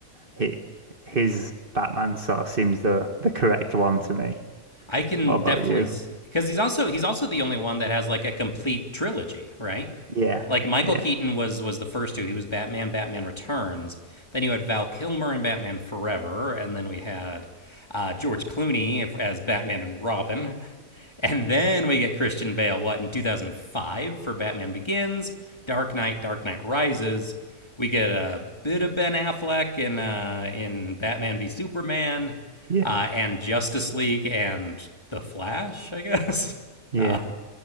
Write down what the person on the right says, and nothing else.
he, his Batman sort of seems the the correct one to me.
What about
you?
Yeah,
yeah,
<laughs> yeah.
Yeah.